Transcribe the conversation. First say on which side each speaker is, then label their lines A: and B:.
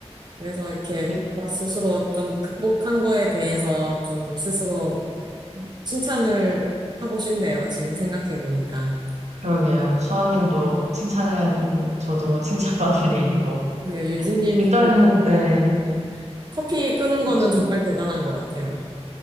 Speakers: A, on the right (about 40°); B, on the right (about 80°).
A: 그래서 이렇게
B: 일-
A: 저 스스로 좀 극복한 거에 대해서 좀 스스로 칭찬을 하고 싶네요. 지금 생각해 보니까.
B: 그러게요. 수아님도 칭찬해야 되고, 저도 칭찬받을 <laughs> 일이고.
A: 그게 유진님,
B: 일단은,
A: 유진님,
B: 네.
A: 네. 커피 끄는
B: 그쵸.
A: 거는 정말 대단한 것 같아요.